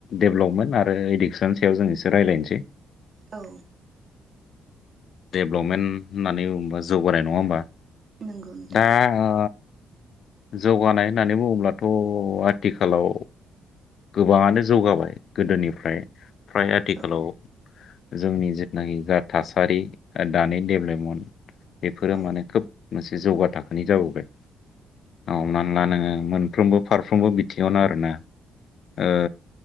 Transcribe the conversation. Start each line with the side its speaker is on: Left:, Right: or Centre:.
Left: डेभेलपमेन्ट आरो इडुकेसन सायाव जों एसे रायज्लायनोसै
Right: औ
Left: डेभलपमेन्ट होननानै बुंबा जौगानाय नङा होमबा
Right: नंगौ नोंथां
Left: दा ओ जौगानाय होननानै बुङोब्लाथ' आथिखालाव गोबाङानो जौगाबाय गोदोनिफ्राय फ्राय आथिखालाव
Right: औ
Left: जोंनि जिथुनाखि जा थासारि दानि डेभेलपमेन्ट बेफोरो
Right: औ
Left: माने खोब मोनसे जौगा थाखोनि जाबोबाय हमनानै ला नोङो मोनफ्रोमबो फारफ्रोमबो बिथिङावनो आरोना
Right: औ
Left: ओ